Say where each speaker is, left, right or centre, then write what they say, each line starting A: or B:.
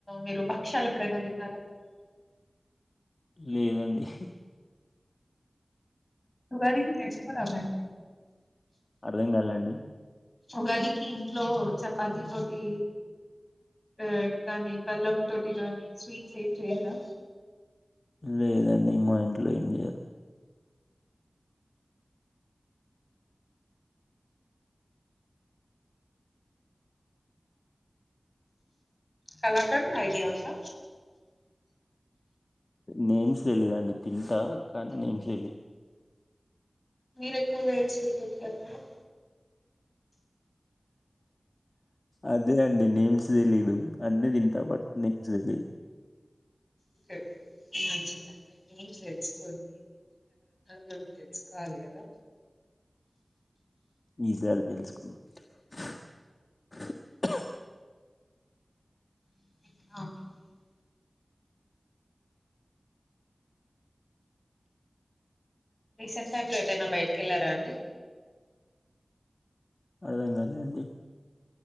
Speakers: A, on the left; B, on the left.
A: మీరు భక్షాలు ఎప్పుడైనా విన్నారా
B: లేదండి
A: ఉగాదికి చేసుకోరా మీరు
B: అర్థం కాలేదండి.
A: ఉగాదికి ఇంట్లో చపాతి తోటి, ఆ కానీ బెల్లం తోటి గాని స్వీట్స్ ఏం చెయ్యరా.
B: లేదండి మా ఇంట్లో ఏం చేయారూ.
A: కలకండ్ ఐడియా ఉందా.
B: నేమ్స్ తెలీదండి తింటా కానీ నేమ్స్ తెలీదు.
A: మీరు ఎక్కువగా ఏ స్వీట్ తింటరు మేడం.
B: అదే అండి నేమ్స్ తెలీదు. అన్ని తింట బట్ నేమ్స్ తెలిదు.
A: ఒకే మంచిదండి. నేమ్స్ తెలుసుకొని తెలుసుకోవాలి కదా.
B: ఈసారి తెలుసు. <unintelligible>
A: <unintelligible> రీసెంట్ టైమ్ లో ఎదైనా బయటికి వెళ్లారా అండి.
B: అర్థంగాలేండి.